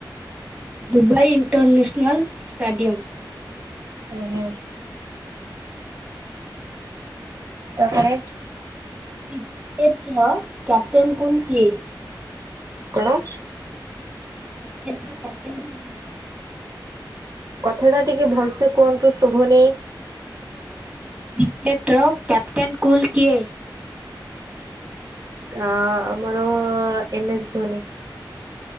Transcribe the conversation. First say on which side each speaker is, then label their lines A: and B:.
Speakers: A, on the right; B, on the right.
A: Dubai international stadium.
B: ଓହୋ। ତାପରେ
A: <unintelligible> ର କ୍ୟାପ୍ଟନ କଣ କିଏ?
B: କଣ?
A: <unintelligible>
B: କଥାଟା ଟିକେ ଭଲସେ କୁହନ୍ତୁ ଶୁଭୁନି।
A: ରିକେଟ ର କ୍ୟାପ୍ଟେନ୍ କୁଲ କିଏ?
B: ଆ ଆମର ଏମ ଏସ୍ ଧୋନି।